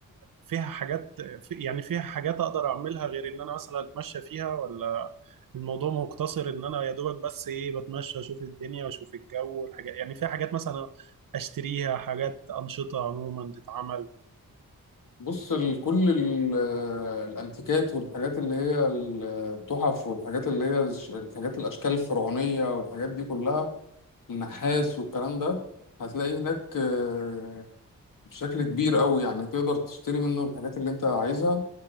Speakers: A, on the right (about 70°); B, on the left (about 70°).
A: فيها حاجات في يعني فيها حاجات أقدر أعملها غير إن أنا مثلا أتمشى فيها ولا الموضوع مقتصر إن أنا يا دوبك بس إيه بتمشى أشوف الدنيا أشوف الجو والحاجات يعني فيها حاجات مثلا أشتريها حاجات أنشطة عموما تتعمل
B: بص ال- كل ال- آه، الانتيكات والحاجات اللي هي ال- آه، التحف والحاجات اللي هي الش- الحاجات الاشكال الفرعونية والحاجات دي كلها النحاس والكلام ده هتلاقي هناك آه، بشكل كبير قوي يعني تقدر تشتري منه الحاجات اللي انت عايزها